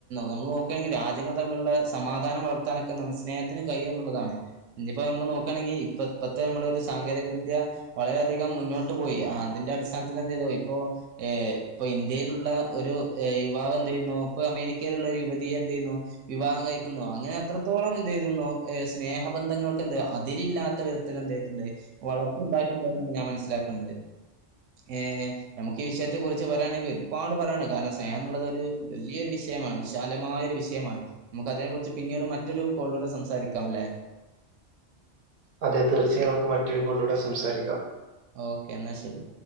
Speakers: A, on the right; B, on the right.
A: നമ്മൾ നോക്കാണെങ്കിൽ രാജ്യങ്ങൾ തമ്മിലുള്ള സമാധാനം വർത്താനൊക്കെ സ്നേഹത്തിന് കഴിയും എന്നുള്ളതാണ് ഇഞ് ഇപ്പോ നമ്മൾ നോക്കുകയാണെങ്കിൽ ഇപ്പത്തെ നമ്മള ഒരു സാങ്കേതിക വിദ്യ വളരെയധികം മുന്നോട്ട് പോയി അതിന്റെ അടിസ്ഥാനത്തിൽ എന്ത് ചെയ്തു ഇപ്പോ ഇപ്പൊ ഇന്ത്യയിലുള്ള ഒരു യുവാവ് എന്ത്‌ ചെയ്യുന്നു ഇപ്പൊ അമേരിക്കയിലുള്ള ഒരു യുവതിയെ എന്ത് ചെയ്യുന്നു വിവാഹം കഴിക്കുന്നു അങ്ങനെ അത്രത്തോളം എന്ത് ചെയ്യുന്നോ ഏ സ്നേഹബന്ധങ്ങൾക്ക് എന്ത്‌ അതിരില്ലാത്ത വിധത്തിൽ എന്ത്‌ ചെയ്തിട്ട്ണ്ട് വളർച്ച ഉണ്ടായിട്ടുണ്ട് എന്നാണ് ഞാൻ മനസ്സിലാക്കുന്നത് ഏ നമുക്ക് ഈ വിഷയത്തെ കുറിച്ച് പറയാണെങ്കിൽ ഒരുപാട് പറയാണ് കാരണം സ്നേഹം എന്നുള്ളത് ഒരു വലിയൊരു വിഷയമാണ് വിശാലമായ ഒരു വിഷയമാണ് നമുക്ക് അതിനെ കുറിച്ച് പിന്നെ പിന്നീട് മറ്റൊരു കോളിലൂടെ സംസാരിക്കാംല്ലേ
B: അതെ തീർച്ചയായും നമുക്ക് മറ്റൊരു കോളിലൂടെ സംസാരിക്കാം
A: ഓക്കെ എന്നാ ശരി